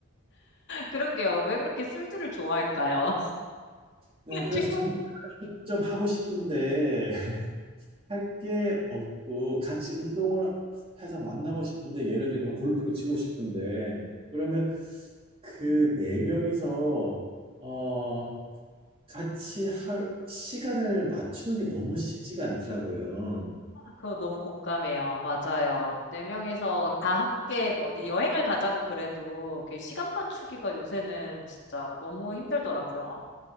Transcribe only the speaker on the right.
네,
그래서
저도 좀 하고 싶은데 <laughs> 할 게 없고 같이 운동을 해서 만나고 싶은데 예를 들면 골프를 치고 싶은데 그러면 그 네 명이서 어 같이 할 시간을 맞추는 게 너무 쉽지가 않더라고요.